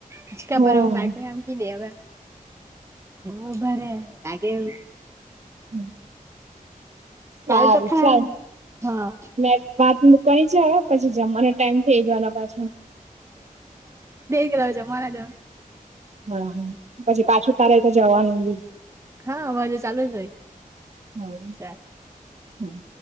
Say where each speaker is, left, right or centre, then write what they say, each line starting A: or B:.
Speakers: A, on the right; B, on the right.
A: હિંચકા
B: હમ
A: પર પાકિ હામકી દેવા. ઉભારે લાગેઉ
B: હમ્મ. સારું
A: કાલ તો ખરા
B: ચાલ.
A: હા
B: મૈ વાત મૂકવાની છે હવે પછી જમવા અને ટાઈમ થઇ જવાનો પાછો.
A: કે જમાના દ
B: બરાબર પછી પાછું તારે તો જવાનું બી
A: હા, અમારે જે ચાલુ રહે
B: હા
A: ચાલ.
B: હા.